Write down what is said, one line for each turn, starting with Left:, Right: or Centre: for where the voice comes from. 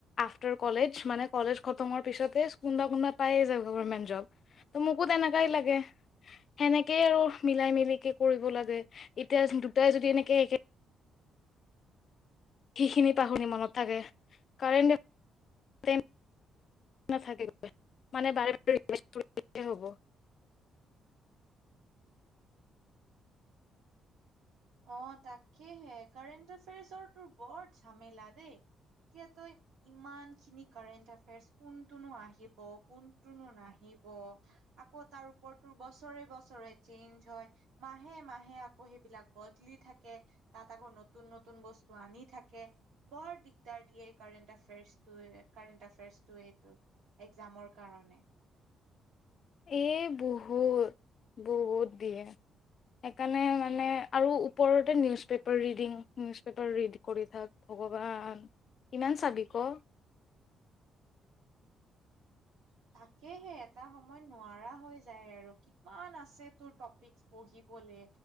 Left: আফটাৰ কলেজ মানে কলেজ খতম হোৱাৰ পিছতে কোনোবা কোনোবা পায়েই যাব গভমেণ্ট জব। ত মোকো তেনেকাই লাগে। সেনেকে আৰু মিলাই মিলিকে কৰিব লাগে এতিয়া দুটাই যদি এনেকে একে। সিখিনি পাই শুনি মনত থাকে। Current trend. নাথাকে মানে বাৰে বাৰে <unintelligible> হ'ব।
Right: অ তাকেহে কাৰেণ্ট এফেয়াৰ্চৰ তোৰ বৰ ঝামেলা দেই এতিয়া তই, ইমান খিনি কাৰেণ্ট এফেয়াৰ্চ কোনটোনো আহিব কোনটোনো নাহিব। আকৌ তাৰ ওপৰতটো বছৰে বছৰে চেঞ্জ হয় মাহে মাহে আকৌ সেইবিলাক। বদলি থাকে তাত আকৌ নতুন নতুন বস্তু আনি থাকে। বৰ দিগদাৰ দিয়ে কাৰেট এফেয়াৰ টো এফেয়াৰটো এইটো এক্জামৰ কাৰণে।
Left: এ বহুত বহুত দিয়ে। সেইকাৰণে মানে আৰু ওপৰতে newspaper reading newspaper read কৰি থাক। ভগৱান কিমান চাবি ক।
Right: তাকেহে। এটা সময় নোৱাৰা হৈ যায় আৰু কিমান আছে তোৰ টপিক্স পঢ়িবলে।